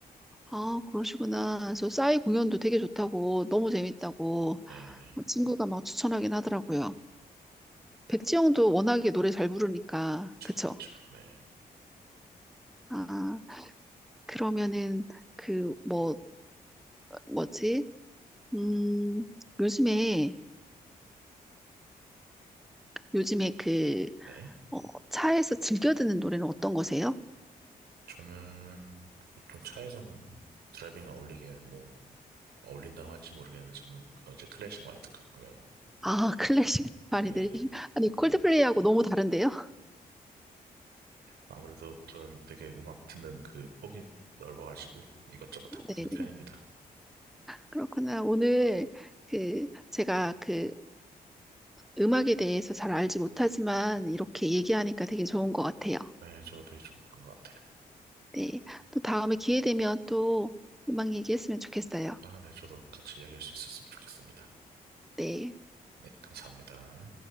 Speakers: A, in the centre; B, on the right.
A: 아, 그러시구나. 저 싸이 공연도 되게 좋다고, 너무 재밌다고
B: 네네.
A: 어, 친구가 막 추천하긴 하더라고요. 백지영도 워낙에 노래 잘 부르니까,
B: 저,
A: 그쵸?
B: 그쵸. 네.
A: 아, 그러면은 그 뭐, 뭐지? 음, 요즘에, 요즘에 그,
B: 네.
A: 어, 차에서 즐겨 듣는 노래는 어떤 거세요?
B: 저는 보통 차에서는 드라이빙 어울리게 뭐 어울린다고 할지 모르겠는데 저는 보통 이제 클래식 많이 듣거든요.
A: 아, <laughs> 클래식 많이
B: 네.
A: 들으시, 아니, 콜드플레이하고
B: 네.
A: 너무 다른데요?
B: 아무래도 저는 되게 음악 듣는 그 폭이 넓어가지고 이것저것 다
A: <laughs>
B: 듣는 편입니다.
A: 네, 그렇구나. 오늘 그, 제가 그 음악에 대해서 잘 알지 못하지만 이렇게 얘기하니까 되게 좋은 것 같아요.
B: 네, 저도 되게 좋았던 것 같아요.
A: 네. 또 다음에 기회 되면 또 음악 얘기했으면 좋겠어요.
B: 아, 네, 저도 같이 이야기할 수 있었으면 좋겠습니다.
A: 네.
B: 네, 감사합니다.